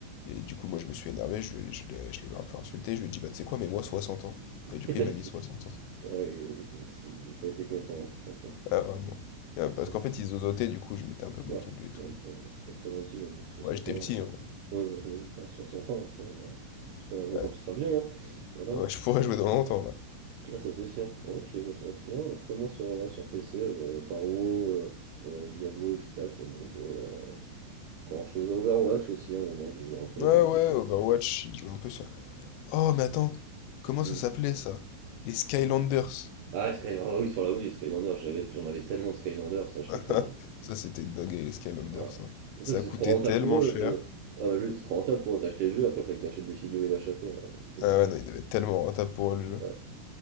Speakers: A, on the left; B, on the right.
A: Et du coup, moi, je me suis énervé, je, lui ai- je l'ai je l'ai un peu insulté, je lui ai dit, bah, tu sais quoi, mais moi, 60 ans.
B: <laughs>
A: Et du
B: Et
A: coup,
B: t'as
A: il m'a
B: mis
A: mis
B: ça.
A: 60 ans.
B: Ouais, il, il- il- il a pas été content, hein, je pense. hein.
A: Ah, vraiment. Et, euh,
B: Par
A: parce
B: so-
A: qu'en fait, il zozotait, du coup, je m'étais un peu moqué
B: Ouais,
A: de lui
B: c'est
A: et tout.
B: un peu- c'est pas très gentil, mais bon, 60
A: Ouais, j'étais
B: ans.
A: petit, hein.
B: Ouais, ouais, je me doute, à 60 ans, ouais, putain, ouais, tu pourrais jouer
A: Ouais.
B: quand tu seras vieux, hein. Voilà.
A: Ouais, je pourrais jouer dans longtemps, là.
B: Ah, ça c'est sûr. Ok, bah, ça- non, après moi sur, euh, sur PC, euh, Paro, euh, euh, Diablo, etc. Je peux bah, jouer à grand chose. Overwatch aussi, à un moment, j'ai joué un peu.
A: Ouais,
B: Mais...
A: ouais, Overwatch, il joue un peu ça. Oh, mais attends, comment
B: Hmm.
A: ça s'appelait ça? Les Skylanders.
B: Ah, Skylander, ah oui, sur la Wii, Skylander, j'avais, j'en avais tellement de Skylander, ça j'étais
A: <laughs>
B: comme un fou.
A: Ça, c'était une dinguerie, les Skylanders.
B: Ah.
A: hein.
B: Mais
A: Ça
B: ça c'était
A: a coûté
B: trop rentable
A: tellement
B: pour eux.
A: cher.
B: Le jeu. Ouais, mais le jeu était trop rentable pour eux. T'achetais le jeu, après fallait que t'achètes des figurines à chaque fois. là, donc, euh,
A: Ah ouais, non, il devait être tellement rentable pour eux, le jeu.
B: ouais.